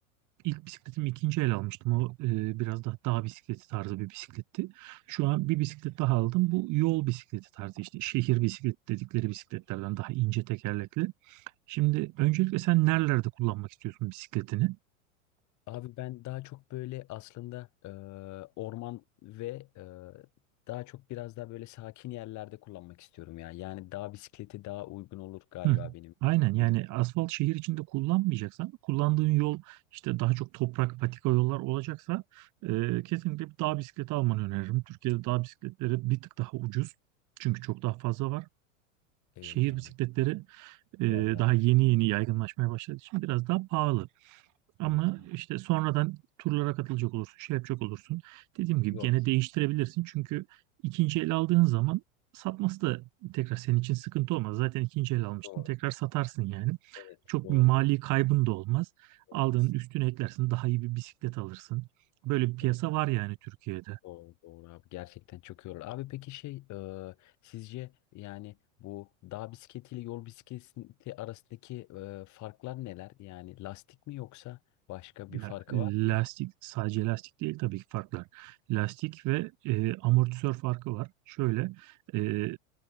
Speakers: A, on the right (about 45°); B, on the left (about 45°).
A: ilk bisikletimi ikinci el almıştım. O e, biraz daha dağ bisikleti tarzı bir bisikletti. Şu an bir bisiklet daha aldım. Bu yol bisikleti tarzı işte şehir bisikleti dedikleri bisikletlerden daha ince tekerlekli. Şimdi öncelikle sen nerelerde kullanmak istiyorsun bisikletini?
B: Abi ben daha çok böyle aslında e, orman ve e, daha çok biraz daha böyle sakin yerlerde kullanmak istiyorum ya. Yani dağ bisikleti daha uygun olur galiba
A: Hı,
B: benim için.
A: aynen
B: Ne-
A: yani asfalt şehir içinde kullanmayacaksan kullandığın yol işte daha çok toprak patika yollar olacaksa e, kesinlikle bir dağ bisikleti almanı öneririm. Türkiye'de dağ bisikletleri bir tık daha ucuz çünkü çok daha fazla var.
B: Evet
A: Şehir
B: abi.
A: bisikletleri e,
B: Biraz daha.
A: daha yeni yeni yaygınlaşmaya başladığı için biraz daha pahalı. Ama
B: Evet abi.
A: işte sonradan turlara katılacak olursun, şey yapacak olursun. Dediğim gibi
B: Yol
A: gene
B: bisikleti.
A: değiştirebilirsin. Çünkü ikinci el aldığın zaman satması da tekrar senin için sıkıntı olmaz. Zaten ikinci el almıştın.
B: Doğru.
A: Tekrar satarsın yani.
B: Evet.
A: Çok
B: Doğru
A: bir mali
B: doğru.
A: kaybın da olmaz.
B: Olmaz.
A: Aldığın üstüne eklersin. Daha iyi bir bisiklet alırsın. Böyle bir piyasa
B: Evet.
A: var yani Türkiye'de.
B: Doğru, doğru abi gerçekten çok yorulur. Abi peki şey e, sizce yani bu dağ bisikleti ile yol bisikleti arasındaki e, farklar neler? Yani lastik mi yoksa başka
A: Ya
B: bir farkı
A: lastik
B: var mı?
A: sadece lastik değil tabii ki farklar. Lastik ve e, amortisör farkı var. Şöyle e,